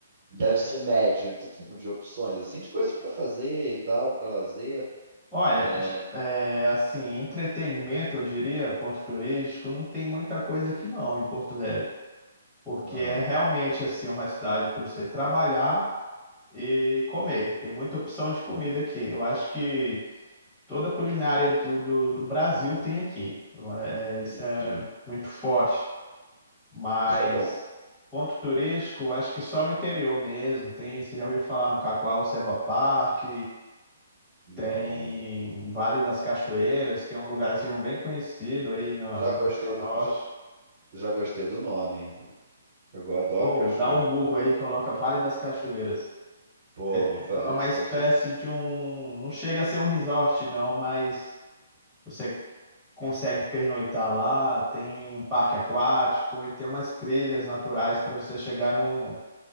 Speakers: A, on the right; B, in the centre.
A: deve ser médio em termos de opções, assim, de coisas para fazer e tal, para lazer.
B: Olha,
A: É...
B: de- é, assim, entretenimento, eu diria, ponto turístico, não tem muita coisa aqui não em Porto Velho, porque
A: Aham,
B: é realmente assim uma cidade para você trabalhar e comer. Tem muita opção de comida aqui. Eu acho que toda a culinária do, do, do Brasil tem aqui. É,
A: entendi.
B: isso é muito forte. Mas
A: Isso é bom.
B: ponto turístico, acho que só no interior mesmo. Tem, você já ouviu falar no Cacoal, Serra Park,
A: Não.
B: tem Vale das Cachoeiras, que é um lugarzinho bem conhecido aí na,
A: Já
B: na
A: gostei
B: região
A: do,
B: norte.
A: já, já gostei do nome. Eu adoro
B: Ou
A: cachoeira.
B: dá um Google aí, coloca Vale das Cachoeiras.
A: Pô,
B: É tipo
A: vou fazer
B: é uma
A: isso
B: espécie
A: com certeza.
B: de um. Não chega a ser um resort, não, mas você consegue pernoitar lá, tem um parque aquático e tem umas trilhas naturais para você chegar num,